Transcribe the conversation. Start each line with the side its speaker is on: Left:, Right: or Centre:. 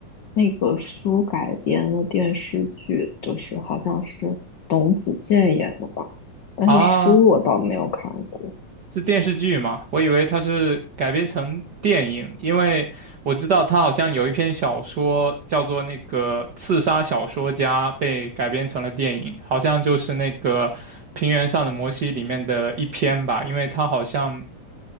Left: 那个书改编的电视剧，就是好像是董子健演的吧，但是书我倒没有看过。
Right: 啊，是电视剧吗？我以为它是改编成电影，因为我知道他好像有一篇小说叫做那个《刺杀小说家》，被改编成了电影，好像就是那个《平原上的摩西》里面的一篇吧，因为他好像